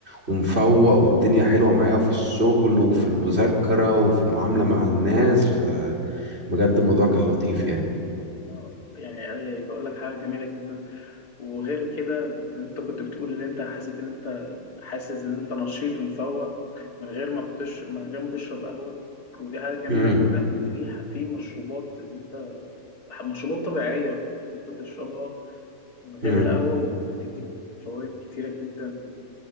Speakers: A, on the right (about 45°); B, on the left (about 85°).
A: ومفوق والدنيا حلوة معايا في الشغل وفي المذاكرة وفي المعاملة مع الناس فبجد الموضوع كان لطيف يعني
B: ما- يعني أي- بقول لك حاجة جميلة جدا وغير كده انت كنت بتقول ان انت حسيت ان انت حاسس ان انت نشيط ومفوق من غير ما بتش من غير ما تشرب قهوة ودي حاجة جميلة
A: امم
B: جدا وفي ح- في مشروبات ان انت مشروبات طبيعية اللي انت بتشربها من غير
A: امم
B: القهوة وبتديك فوائد كتيرة جدا